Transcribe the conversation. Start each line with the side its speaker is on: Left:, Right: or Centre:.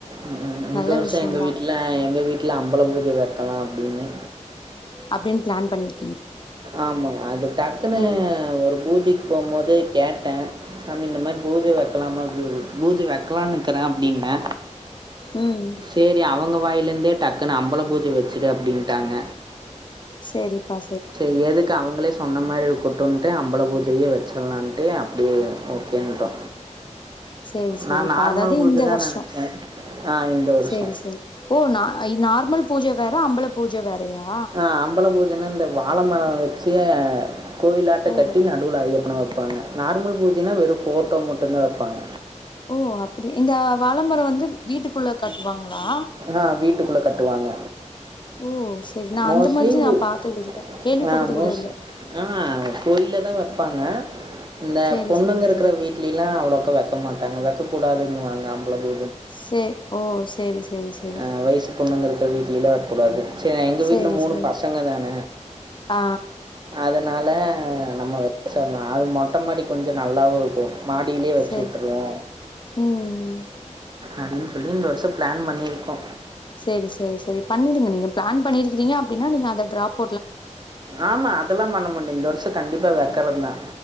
Right: ம் ம் இந்த
Left: நல்ல
Right: வர்ஷோ
Left: விஷயந்தா
Right: எங்க வீட்ல எங்க வீட்ல அம்பல பூஜ வெக்கலா அப்டின்னு
Left: அப்டின் பிளான் பண்ணரு
Right: ஆமாங்க அது டக்குன்னு
Left: ம்
Right: ஒரு பூஜைக்கு போ போது கேட் ட்டே சாமி இந்த மாரி பூஜ வெக்கலாமா <unintelligible> பூஜ வெக்கலான் இக்குறே அப்டின்னே
Left: ம்
Right: செரி அவங்க வாயிலேருந்தே டக்குன்னு அம்பள பூஜ வச்சுடு அப்டிண்ட்டாங்க
Left: செரிப்பா
Right: சேரி எதுக்கு அவுங்களே சொன்ன மாரி கொட்டுன்ட்டு அம்பள பூஜயே வெச்சர்லாண்ட்டு அப்டியே ஓக்கேன்ட்டோ
Left: சேரி சேரிப்பா
Right: நா நார்மல்
Left: அதாவது
Right: பூஜா
Left: இந்த
Right: தா
Left: வருஷோ
Right: நெனைச்சே ஆ இந்த வருஷோ
Left: சேரி சேரி ஓ நா நார்மல் பூஜ வேற அம்பள பூஜ வேறயா
Right: அ அம்பல பூஜன்ன இந்த வாழ மரொ வச்சு கோயிலாட்ட
Left: ஓ
Right: கட்டி நடுல ஐய்யப்பன வெப்பாங்க நார்மல் பூஜன்னா வெறு ஃபோட்டோ மட்டுந் தா வெப்பாங்க
Left: ஓ அப்டிய இந்த வாழமரொ வந்து வீட்டுக்குள்ள கட்டுவாங்களா
Right: ஆ வீட்டுக்குள்ள கட்டுவாங்க
Left: ஓ செரி நா
Right: மோஸ்ட்லி
Left: அந்த மாதிரி நா பார்த்தது இல்ல கேள்விப்பட்டது
Right: ஆ மோஸ்
Left: கூட இல்ல
Right: ஆ கோயில்ல தா வெப்பாங்க இந்த
Left: சேரி
Right: பொண்ணுங்க
Left: சேரி
Right: இருக்கிற
Left: சேரி
Right: வீட் கீழ அவ்வளோக்கு வைக்க மாட்டாங்க வைக்கக் கூடாதுன்னு வாங்க அவ்வளவு
Left: சே ஓ சேரி சேரி சேரி
Right: அ வயிசு பொண்ணுங்க இருக்க வீட்லிலா வெக்கூடாது சேர் நா எங்க
Left: சேரி
Right: வீட்ல மூனு
Left: சேரி
Right: பசங்க தான
Left: ஆ
Right: அதுனால நம்ம வெச்சர்லா அது மொட்ட மாடி கொஞ்சொ நல்லாவு இருக்கு மாடியிலயே வச்சு
Left: சேரி
Right: விட்டுருவோ
Left: ம்
Right: அப்டின் சொல்லி இந்த வர்ஷோ பிளான் பண்ணிருக்கோ
Left: சேரி சேரி சேரி பண்ணிடுங்க நீங்க பிளான் பண்ணிருக்கிறீங்க அப்டின்னா நீங்க அத ட்ராப்
Right: ஆமா அதெல்லா பண்ண மாட்டே இந்த வர்ஷோ கண்டிப்பா வெக்கறெந்தா